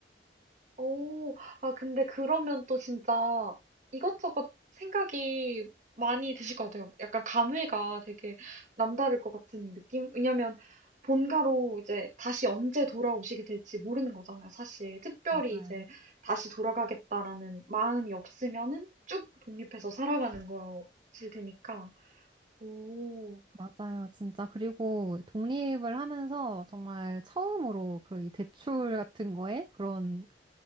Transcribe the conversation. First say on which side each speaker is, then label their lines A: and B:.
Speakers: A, on the right; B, on the right.
A: 오, 아, 근데 그러면 또 진짜 이것저것 생각이 많이 드실 것 같아요. 약간 감회가 되게 남다를 것 같은 느낌? 왜냐면 본가로 이제 다시 언제 돌아오시게 될지 모르는 거잖아요, 사실. 특별히
B: 맞아요.
A: 이제 다시 돌아가겠다라는 마음이 없으면은 쭉 독립해서 살아가는 거실 테니까. 오,
B: 맞아요, 진짜. 그리고 독립을 하면서 정말 처음으로 그런 이 대출 같은 거에 그런